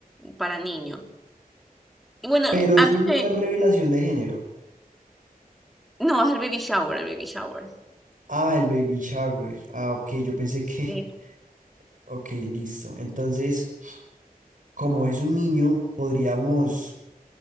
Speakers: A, in the centre; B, on the right.
A: para niño. Y bueno,
B: pero
A: antes
B: es una
A: de...
B: revelación de género.
A: No, es el baby shower, el baby shower.
B: Ah, el baby shower. Ah, ok, yo pensé que,
A: Sí,
B: <laughs> ok, listo. Entonces, como es un niño, podríamos